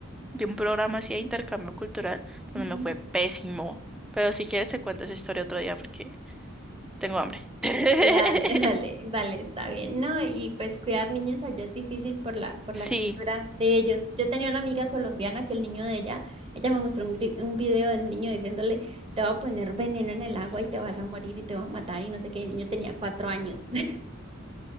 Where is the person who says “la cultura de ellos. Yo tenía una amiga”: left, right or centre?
Right